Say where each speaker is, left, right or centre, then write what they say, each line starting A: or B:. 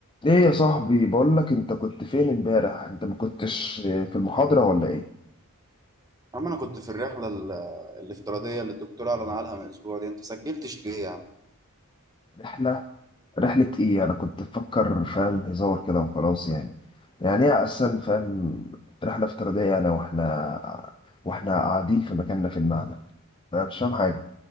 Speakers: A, on the left; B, on the right.
A: ايه يا صاحبي بقول لك انت كنت فين امبارح انت ما كنتش في المحاضرة ولا ايه
B: عم انا كنت في الرحله ال- الافتراضيه اللي الدكتور اعلن عنها من اسبوع دي انت سجلتش ليه يا عم
A: رحلة رحلة ايه انا كنت بفكر فاهم هزار كده وخلاص يعني يعني ايه اصلا فاهم رحلة افتراضية انا واحنا واحنا قاعدين في مكاننا في المعمل فانا مش فاهم حاجة